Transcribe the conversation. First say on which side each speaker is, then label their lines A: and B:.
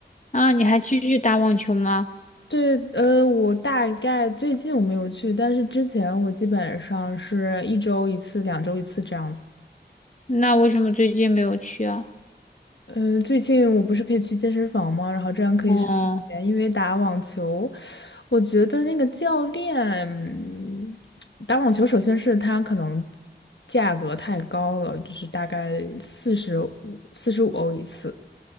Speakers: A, on the left; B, on the left.
A: 啊，你还继续打网球吗？
B: 对，呃，我大概最近我没有去，但是之前我基本上是一周一次、两周一次这样子。
A: 那为什么最近没有去啊？
B: 呃，最近我不是可以去健身房吗？然后这样可以省钱，
A: 哦，
B: 因为打网球，我觉得那个教练，嗯打网球首先是他可能价格太高了，就是大概四十五、四十五欧一次。